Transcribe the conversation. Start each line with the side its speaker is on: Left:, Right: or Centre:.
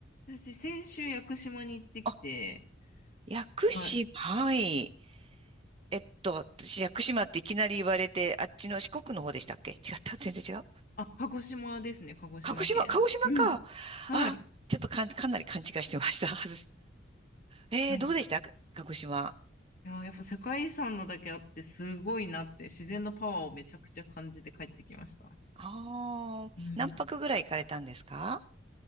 Left: 私、先週、屋久島に行ってきて、
Right: あ、屋久島、
Left: はい。
Right: はい。えっと、私、屋久島っていきなり言われて、あっちの四国の方でしたっけ違った全然違う
Left: あ、鹿児島ですね、鹿児島県の。
Right: 鹿児島、鹿児島か。
Left: うん。はい。
Right: あ、ちょっとかん、かなり勘違いしてました。<laughs> 外えー、
Left: はい。
Right: どうでしたか鹿児島。
Left: いや、やっぱ世界遺産のだけあって、すごいなって、自然のパワーをめちゃくちゃ感じて帰ってきました。
Right: ああ、
Left: うん。
Right: 何泊ぐらい行かれたんですか